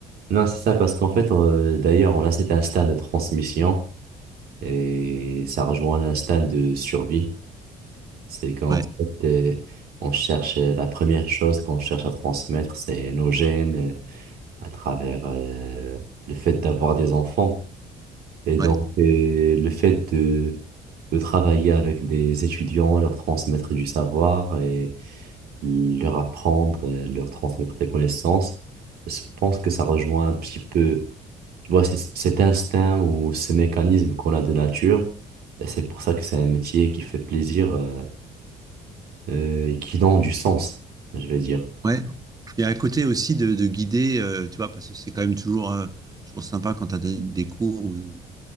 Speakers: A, on the right; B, on the right.
A: Non, c'est ça, parce qu'en fait, euh, d'ailleurs, on a cet instinct de transmission et ça rejoint l'instinct de survie. C'est qu'en
B: Ouais,
A: fait, euh, on cherche euh, la première chose qu'on cherche à transmettre, c'est nos gènes euh, à travers euh, le fait d'avoir des enfants. Et donc,
B: ouais,
A: euh, le fait de, de travailler avec des étudiants, leur transmettre du savoir et leur apprendre, euh, leur transmettre des connaissances, je pense que ça rejoint un petit peu. Tu vois, c'est cet instinct ou ce mécanisme qu'on a de nature. Et c'est pour ça que c'est un métier qui fait plaisir euh, euh, et qui donne du sens, je vais dire.
B: ouais. Il y a un côté aussi de, de guider, euh, tu vois, parce que c'est quand même toujours, euh, toujours sympa quand tu as des, des cours où tu